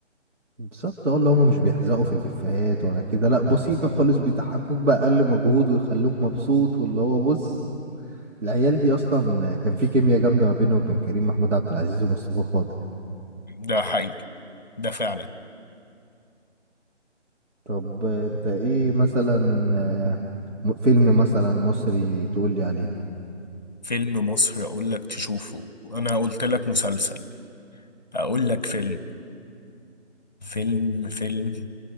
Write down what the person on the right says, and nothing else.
بالظبط اه اللي هما مش بيحزقوا في الافيهات ولا كده لا بسيطة خالص بيضحكوك بأقل مجهود ويخلوك مبسوط واللي هو بص العيال دي اصلا كان في كيمياء جامده ما بينه وبين كريم محمود عبد العزيز ومصطفى خاطر
طب آه، انت ايه مثلا آه، م- فيلم مثلا مصري تقول لي عليه